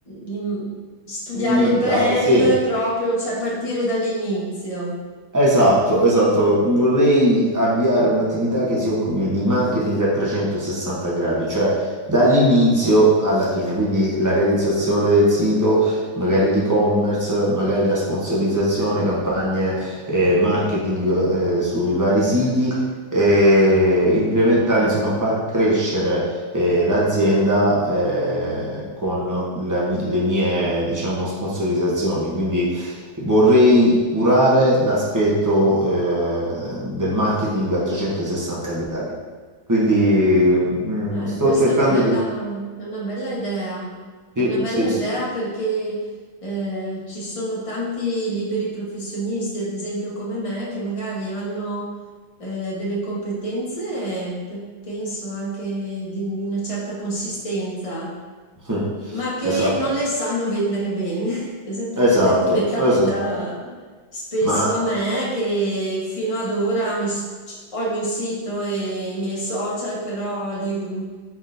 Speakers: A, on the left (about 25°); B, on the right (about 15°).
A: in- studiare
B: limitata,
A: il brand
B: sì,
A: proprio, cioè partire dall'inizio?
B: Esatto, esatto. Vorrei avviare un'attività che si occupi di marketing a 360 gradi, cioè dall'inizio alla fine, quindi la realizzazione del sito, magari l'e-commerce, magari la sponsorizzazione, campagne eh, marketing eh, sui vari siti, e implementare, insomma, far crescere eh, l'azienda eh, con la mi- le mie, diciamo, sponsorizzazioni. Quindi Vorrei curare l'aspetto eh, del marketing a 360 gradi. Quindi mm,
A: Eh,
B: sto
A: questa
B: cercando
A: è una bella,
B: di...
A: è una bella idea, è
B: Sì,
A: una bella
B: sì,
A: idea
B: sto-
A: perché eh, ci sono tanti liberi professionisti, ad esempio come me, che magari hanno eh, delle competenze, eh, pe- penso anche di, di una certa consistenza
B: <laughs>
A: ma che
B: Esatto,
A: non le sanno vendere bene, <laughs> esattamente
B: esatto,
A: come capita
B: esatto.
A: spesso
B: Ma
A: a me, che fino ad ora mi s- c- ho il mio sito e i miei social, però li, u-